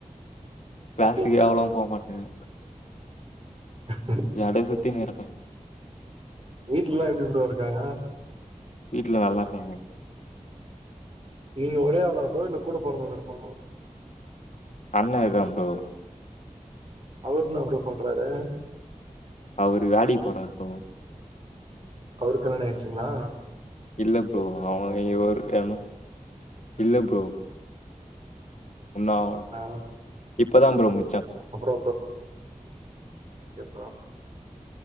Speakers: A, on the left; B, on the right.
A: கிளாஸுக்கு
B: அப்டிங்களா
A: அவ்வளவா போ மாட்ட
B: <inaudible>
A: ஜாலியா சுத்தினு இருப்ப
B: வீட்லெல்லா எப்டி ப்ரோ இருக்காங்க
A: வீட்ல நல்லா இருக்காங்க
B: நீங்க ஒரே ஆளா ப்ரோ இல்ல கூட பொறதங்க இருப்ப
A: அண்ண இருக்கா ப்ரோ
B: அவர் என்ன ப்ரோ பண்றாரு
A: அவுரு வேலைக் போறார் ப்ரோ
B: அவுருக் கல்யாணம் ஆயிருச்சுங்ளா
A: இல்ல ப்ரோ அவங்களே எதோ இருக்குறாங்கா இல்ல ப்ரோ இன்னு ஆவ்ல
B: ஆவு
A: இப்பதா ப்ரோ மு
B: அப்பறோ எப்பறோ